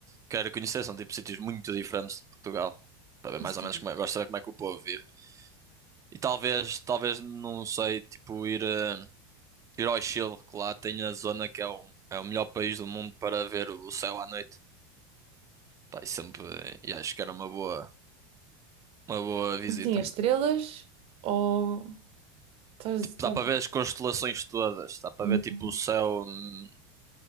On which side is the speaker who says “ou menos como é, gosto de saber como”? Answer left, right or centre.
Right